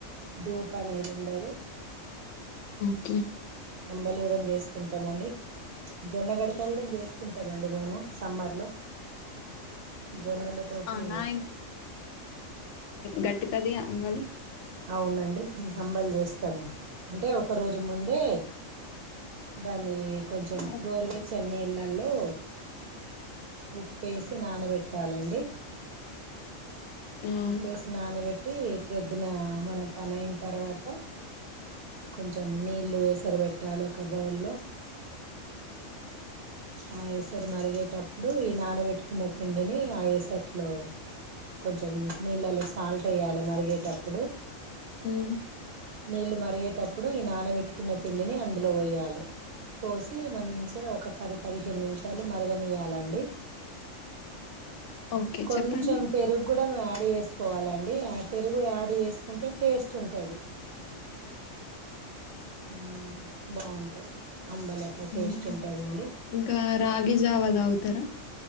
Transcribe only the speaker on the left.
ఉ
అవునా గట్టు కది అంబలి
ఆ
ఉమ్
ఉమ్
ఓకే
చెప్పండి
ఉ
ఇంకా రాగి జావ దవుతు ఇతర